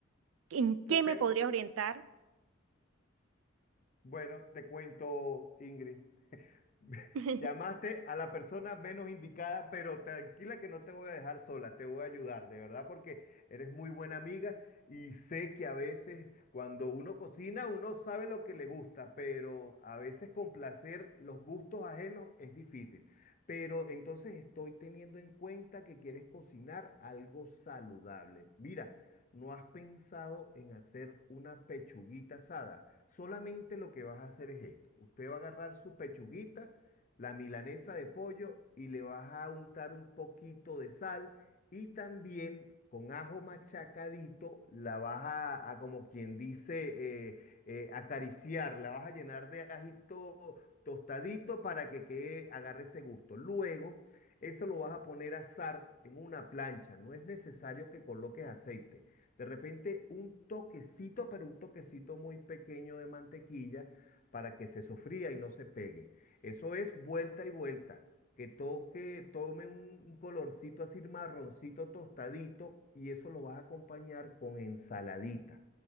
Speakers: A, on the right; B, on the left.
A: ¿En qué
B: Ok,
A: me podrías orientar?
B: bueno, te cuento, Ingrid. <laughs>
A: <laughs>
B: Llamaste a la persona menos indicada, pero tranquila que no te voy a dejar sola, te voy a ayudar, de verdad, porque eres muy buena amiga y sé que a veces cuando uno cocina, uno sabe lo que le gusta, pero a veces complacer los gustos ajenos es difícil. Pero entonces estoy teniendo en cuenta que quieres cocinar algo saludable. Mira. ¿No has pensado en hacer una pechuguita asada? Solamente lo que vas a hacer es esto. Usted va a agarrar su pechuguita, la milanesa de pollo y le vas a untar un poquito de sal y también con ajo machacadito la vas a, a como quien dice, eh, eh, acariciar, la vas a llenar de ajito tostadito para que quede, agarre ese gusto. Luego, eso lo vas a poner a asar en una plancha. No es necesario que coloques aceite. De repente un toquecito, pero un toquecito muy pequeño de mantequilla para que se sofría y no se pegue. Eso es vuelta y vuelta. Que toque, tome un, un colorcito así marroncito tostadito y eso lo vas a acompañar con ensaladita.